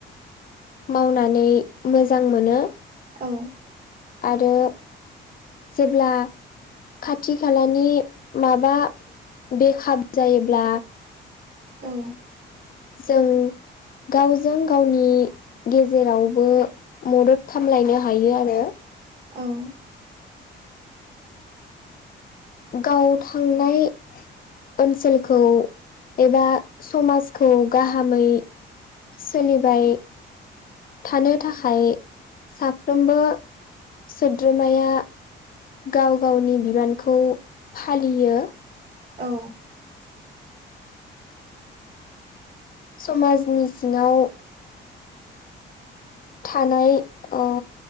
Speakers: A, on the left; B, on the right.
A: मावनानै मोजां मोनो।
B: औ
A: आरो जेब्ला खाथि खालानि माबा बेखाबु जायोब्ला
B: औ
A: जों गावजों गावनि गेजेरावबो मदद खामलायनो हायो आरो।
B: औ
A: गाव थांनाय ओनसोलखौ एबा समाजखौ गाहामै सोलिबाय थानो थाखाय साफ्रोमबो सोद्रोमाया गाव गावनि बिबानखौ फालियो।
B: औ
A: समाजनि सिङाव थानाय ओ